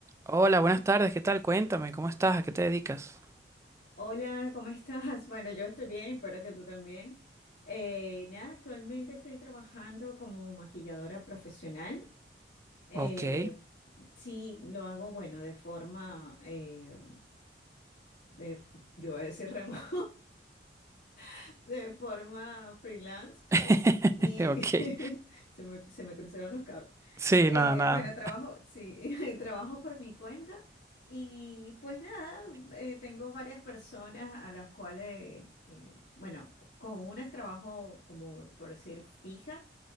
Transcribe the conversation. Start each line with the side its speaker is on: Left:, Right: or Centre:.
Right: Hola, buenas tardes, ¿qué tal? Cuéntame, ¿cómo estás? ¿A qué te dedicas?
Left: Hola, ¿cómo estás? <laughs> Bueno, yo estoy bien, espero que tú también. Eh, nada, actualmente estoy trabajando como maquilladora profesional. Eh,
Right: Ok.
Left: sí, lo hago, bueno, de forma, eh, de, yo voy a decir remota, <laughs> de forma freelance, pues,
Right: <laughs>
Left: y
Right: Ok.
Left: <laughs> se me, se me cruzaron los cables.
Right: Sí,
Left: Eh,
Right: nada, nada.
Left: bueno, trabajo, sí, <laughs> trabajo por mi cuenta y pues nada, eh, tengo varias personas a las cuales, eh, bueno, co- con unas trabajo como por decir fija,